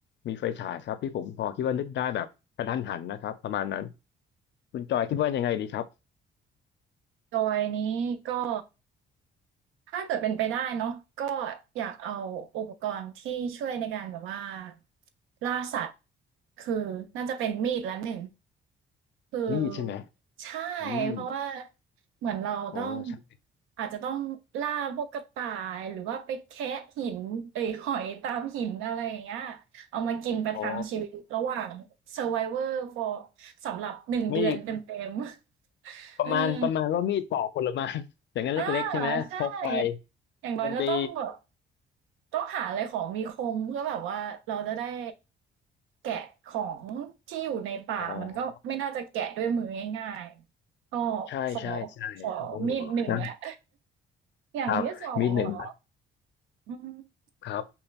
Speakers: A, on the left; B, on the right.
A: มีไฟฉายครับที่ผมพอคิดว่านึกได้แบบกระทันหันนะครับประมาณนั้นคุณจอยคิดว่ายังไงดีครับ
B: จอยนี้ก็ ถ้าเกิดเป็นไปได้เนาะก็อยากเอาอุปกรณ์ที่ช่วยในการแบบว่าล่าสัตว์คือน่าจะเป็นมีดละหนึ่งคือ
A: มีดใช่ไหม
B: ใช่
A: อืม
B: เพราะว่าเหมือนเราต้อง
A: โอ้ใช่
B: อาจจะต้องล่าพวกกระต่ายหรือว่าไปแคะหินเอ้ยหอยตามหินอะไรอย่างเงี้ยเอามากินประทังชีวิตระหว่าง
A: อ๋อ
B: Survivor for สำหรับหนึ่งเดือนเต็ม
A: มีด
B: ๆ <laughs>
A: ประมาณประมาณว่ามีดปอกผลไม้
B: อืม
A: <laughs> อย่างนั้นเล็กๆใช่ไหมพกไป
B: อาใช่อย่างอย่างน้อยก็ต้องแบบ
A: ยังดี
B: ต้องหาอะไรของมีคมเพื่อแบบว่าเราจะได้แกะของที่อยู่ในป่ามันก็ไม่น่าจะแกะด้วยมือง่ายๆก็
A: อ๋อใช่ใช่ใช่โอ้
B: ขอขอมีดหนึ่งแล้ว
A: นะ
B: อย่างที่2เหรอ
A: ครับมีดหนึ่งอัน
B: อืม
A: ครับ